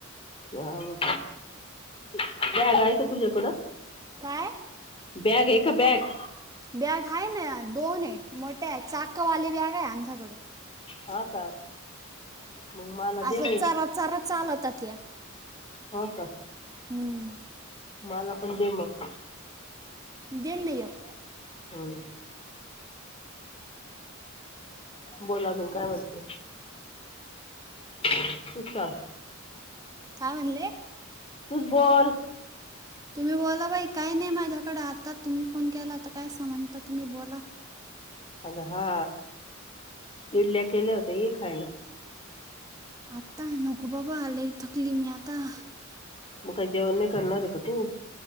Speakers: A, on the left; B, on the right.
A: ह मग बॅक आहे का तुझ्याकडं?
B: काय?
A: बॅग हे का बॅग?
B: बॅग हाय ना, दोन ये मोठ्या हाय चाकवाले बॅग आहे आमच्याकडं.
A: हा का, मग मला
B: अशा
A: देना
B: चरा
A: एक.
B: चरा चालत्या त्या.
A: हो का.
B: हम्म
A: मला पण दे मग.
B: देन एक
A: हां. बोल अजून काय म्हणते? <inaudible> तुच सांग
B: काय म्हणले?
A: तुच बोल.
B: बन <unintelligible> तुम्ही बोला बाई काय नाही माझ्याकडं, आता तुम्ही फोन केला त कायसा म्हणता तुम्ही बोला.
A: अगं हा, इडल्या केल्या होत्या ऐ खायला.
B: आत्ता नको बाबा, लई थकली मी आता.
A: मग काय, जेवण नाही करणार आहे का तू?